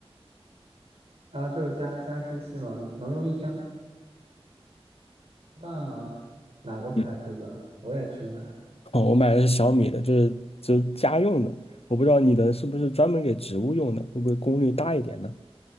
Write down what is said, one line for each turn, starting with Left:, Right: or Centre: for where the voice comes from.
Right: 然后就是加加湿器嘛，能用一天半吗？哪个牌子的？
Left: 嗯，
Right: 我也去买
Left: <laughs> 哦，我买的是小米的，就是就是家用的。我不知道你的是不是专门给植物用的，会不会功率大一点呢？